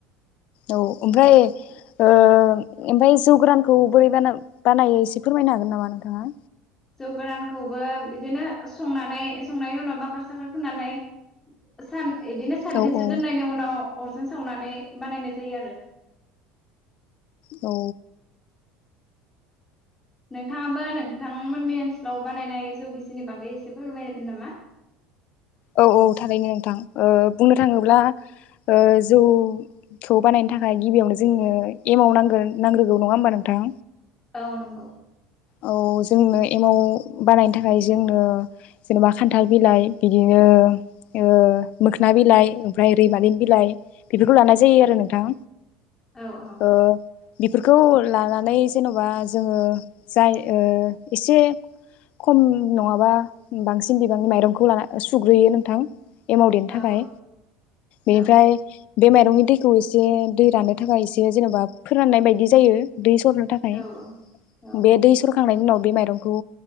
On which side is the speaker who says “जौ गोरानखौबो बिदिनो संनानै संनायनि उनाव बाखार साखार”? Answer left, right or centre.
Left